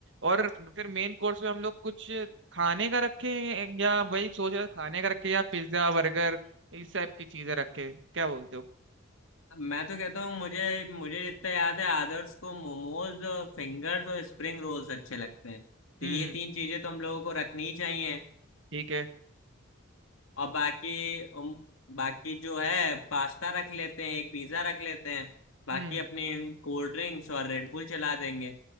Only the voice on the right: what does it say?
और फिर मेन कोर्स में हम लोग कुछ खाने का रखे या वही सोच रहे हैं, खाने का रखे या पिज्जा बर्गर इस टाइप की चीजें रखे क्या बोलते हो
हम्म
हम्म
ठीक है
हम्म